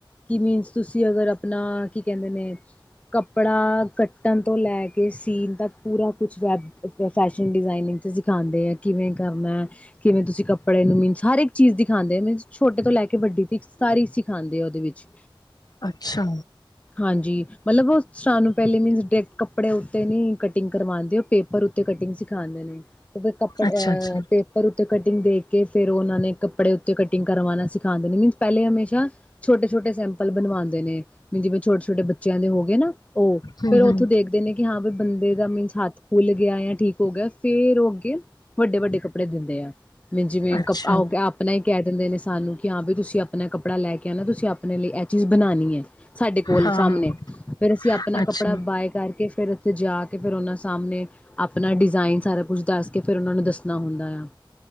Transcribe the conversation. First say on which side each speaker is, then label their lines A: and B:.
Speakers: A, on the left; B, on the left.
A: ਕੀ ਮੀਨਸ ਤੁਸੀਂ ਅਗਰ ਆਪਣਾ ਕੀ ਕਹਿੰਦੇ ਨੇ ਕੱਪੜਾ ਕੱਟਣ ਤੋਂ ਲੈ ਕੇ ਸੀਨ ਤੱਕ ਪੂਰਾ ਕੁਛ ਵੈਬ ਫੈਸ਼ਨ ਡਿਜ਼ਾਇਨਿੰਗ ਸਿਖਾਉਂਦੇ ਹੈ ਕਿਵੇਂ ਕਰਨਾ ਕਿਵੇਂ ਤੁਸੀਂ ਕੱਪੜੇ ਨੂੰ ਮੀਨਸ ਹਰ ਇੱਕ ਚੀਜ਼ ਦਿਖਾਂਂਦੇ ਨੇ ਛੋਟੇ ਤੋਂ ਲੈ ਕੇ ਵੱਡੀ ਸਾਰੀ ਸਿਖਾਉਂਦੇ ਆ ਉਹਦੇ ਵਿੱਚ
B: ਅੱਛਾ
A: ਹਾਂਜੀ ਮਤਲਬ ਉਹ ਸਾਰ ਨੂੰ ਪਹਿਲੇ ਮੀਨ ਡਕ ਕੱਪੜੇ ਉੱਤੇ ਨ ਕਟਿੰਗ ਕਰਵਾਦੇ ਉਹ ਪੇਪਰ ਉੱਤੇ ਕਟਿੰਗ ਸਿਖਾਉਂਦੇ ਨੇ ਦੇ ਕੱਪੜੇ
B: ਅੱਛਾ
A: ਅਹ
B: ਅੱਛਾ
A: ਪੇਪਰ ਉੱਪਰ ਕਟਿੰਗ ਦੇ ਕੇ ਫੇਰ ਉਹਨਾਂ ਨੇ ਕੱਪੜੇ ਉੱਤੇ ਕਟਿੰਗ ਕਰਵਾਣਾ ਸਿਖ਼ਾਉਂਦੇ ਨੇ ਮੀਨਸ ਪਹਿਲੇ ਹਮੇਸ਼ਾ ਛੋਟੇ ਛੋਟੇ ਸੈਂਪਲ ਬਣਵਾਉਂਦੇ ਨੇ ਜਿਵੇਂ ਛੋਟੇ ਛੋਟੇ ਬੱਚਿਆਂ ਦੇ ਹੋ ਗਏ ਨਾ ਉਹ
B: ਹਮ
A: ਫੇਿਰ ਉੱਥੋਂ
B: ਹਮ
A: ਦੇਖਦੇ ਨੇ ਕਿ ਹਾਂ ਬ ਬੰਦੇ ਦਾ ਮੀਨਸ ਹੱਥ ਖੁੱਲ ਗਿਆ ਜਾਂ ਠੀਕ ਹੋ ਗਿਆ ਫੇਰ ਉਹ ਅੱਗੇ ਵੱਡੇ ਵੱਡੇ ਕੱਪੜੇ ਦਿੰਦੇ ਆ ਮੀਨ ਜਿਵੇਂ
B: ਅੱਛਾ
A: ਆਓ ਆਪਣਾ ਹੀ ਕਹਿ ਦਿੰਦੇ ਨੇ ਸਾਨੂੰ ਕਿ ਹਾਂ ਬ ਤੁਸੀਂ ਆਪਣਾ ਕੱਪੜਾ ਲੈ ਕੇ ਆਣਾ ਤੁਸੀਂ ਆਪਣੇ ਲਈ ਇਹ ਚੀਜ਼ ਬਣਾਉਣੀ ਹੈ ਸਾਡੇ ਕੋਲ
B: ਹਾਂ
A: ਸਾਹਮਣੇ
B: ਹਾਂ
A: ਫੇਰ ਅਸੀਂ ਆਪਣਾ
B: ਅੱਛਾ
A: ਕੱਪੜਾ ਬਾਏ ਕਰਕੇ ਫਿਰ ਉੱਥੇ ਜਾ ਕੇ ਫਿਰ ਉਹਨਾਂ ਸਾਹਮਣੇ ਆਪਣਾ ਡਿਜ਼ਾਇਨ ਸਾਰਾ ਕੁਛ ਦੱਸ ਕੇ ਫਿਰ ਉਹਨਾਂ ਨੂੰ ਦੱਸਣਾ ਹੁੰਦਾ ਆ